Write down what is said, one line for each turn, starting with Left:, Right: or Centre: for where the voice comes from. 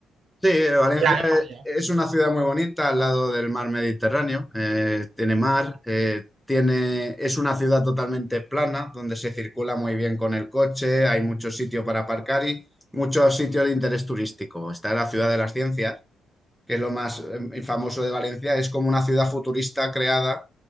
Centre: Sí, Valencia
Right: Ya, ahí
Centre: es
Right: por allá.
Centre: es una ciudad muy bonita al lado del mar Mediterráneo. eh, tiene mar, eh, tiene, es una ciudad totalmente plana donde se circula muy bien con el coche, hay muchos sitios para aparcar y muchos sitios de interés turístico. Está la ciudad de las ciencias, que es lo más eh, famoso de Valencia, es como una ciudad futurista creada